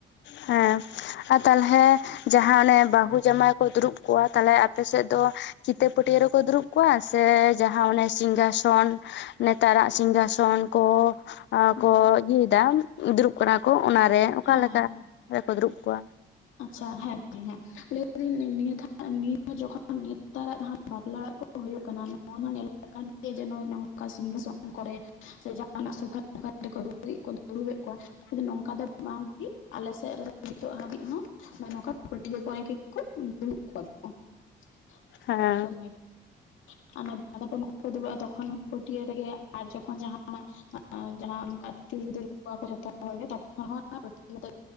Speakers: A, on the left; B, on the left.
A: ᱦᱮᱸ <unintelligible> ᱛᱟᱦᱚᱞᱮ ᱡᱟᱦᱟᱸ ᱚᱱᱮ ᱵᱟᱹᱦᱩ ᱡᱟᱢᱟᱹᱭ ᱠᱚ ᱫᱩᱲᱩᱵ ᱠᱚᱜᱼᱟ ᱛᱟᱦᱚᱞᱮ ᱟᱯᱮ ᱥᱮᱫ ᱫᱚ ᱠᱤᱛᱟᱹ ᱯᱟᱹᱴᱭᱟᱹ ᱨᱮᱠᱚ ᱫᱩᱨᱩᱵ ᱠᱚᱣᱟ ᱥᱮ ᱡᱟᱦᱟᱸ ᱚᱱᱮ ᱥᱤᱝᱜᱟ ᱥᱚᱱ ᱱᱮᱛᱟᱨᱟᱜ ᱥᱤᱝᱜᱟᱥᱚᱱ ᱠᱚ
B: ᱦᱮᱸ
A: ᱠᱚ ᱤᱭᱟᱹᱭ ᱫᱟ ᱫᱩᱲᱩᱵ ᱠᱟᱱᱟ ᱠᱚ ᱚᱱᱟ ᱨᱮ ᱚᱠᱟ
B: ᱦᱮᱸ
A: ᱞᱮᱠᱟ ᱨᱮ ᱠᱚ ᱫᱩᱨᱩᱵ ᱠᱚᱣᱟ
B: ᱟᱪᱪᱷᱟ ᱦᱮᱸ ᱫᱤ ᱦᱮᱸ ᱞᱟᱹᱭ ᱫᱤᱧ ᱱᱤᱭᱟᱹ ᱱᱤᱭᱟᱹ ᱡᱚᱠᱷᱚᱱ <unintelligible> ᱵᱟᱯᱞᱟ ᱚᱲᱟᱜ ᱠᱚ ᱦᱩᱭᱩᱜ ᱠᱟᱱᱟ ᱱᱚᱣᱟ ᱢᱟ ᱧᱮᱞᱚᱜ ᱠᱟᱱ ᱜᱮ ᱡᱮ <unintelligible> ᱱᱚᱝᱠᱟ ᱥᱤᱝᱜᱟᱥᱚᱱ ᱠᱚᱨᱮ <inaudible> ᱥᱮ ᱡᱟᱦᱟᱱᱟᱜ <unintelligible> ᱩᱲᱩᱵ ᱮᱫ ᱠᱚᱣᱟ ᱱᱚᱝᱠᱟ <inaudible> ᱵᱟᱝ <unintelligible> ᱟᱞᱮ ᱥᱮᱫ ᱨᱮᱫᱚ ᱱᱤᱛᱚᱜ ᱦᱟᱹᱵᱤᱡ ᱦᱚᱸ <unintelligible> ᱯᱟᱹᱴᱭᱟᱹ ᱠᱚ ᱨᱮ ᱜᱮ ᱠᱚ <unintelligible> <unintelligible> <unintelligible>
A: ᱦᱮᱸ
B: ᱥᱚᱵ ᱥᱚᱢᱚᱭ <unintelligible> ᱵᱟᱫᱟ ᱯᱚᱱ ᱠᱚᱠᱚ ᱫᱩᱲᱩᱵᱼᱟ ᱛᱚᱠᱷᱚᱱ ᱦᱚᱸ ᱯᱟᱹᱴᱭᱟᱹ ᱨᱮ ᱜᱮ ᱟᱨ ᱡᱚᱠᱷᱚᱱ ᱡᱟᱦᱟᱸ <unintelligible>